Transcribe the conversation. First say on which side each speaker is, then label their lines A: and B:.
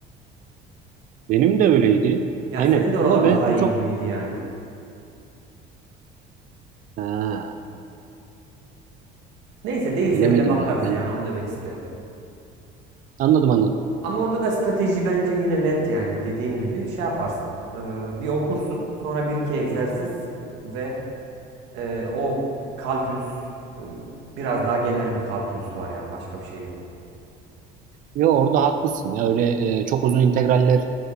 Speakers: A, on the right; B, on the right.
A: Benim de öyleydi.
B: Yani
A: Aynen.
B: senin de oralar
A: Ama ben
B: daha iyi
A: çok
B: gibiydi yani.
A: ha,
B: Neyse değilse
A: bilemedim
B: bile bakarız
A: ya. Ben
B: yani onu demek istiyorum.
A: anladım anladım.
B: Ama orada da strateji bence yine net yani dediğim gibi şey yaparsın. Ee, bir okursun sonra bir iki egzersiz ve e, o kalkülüs e, biraz daha genel bir kalkülüs var yani başka bir şey yok.
A: Yo orada haklısın ya öyle e, çok uzun integraller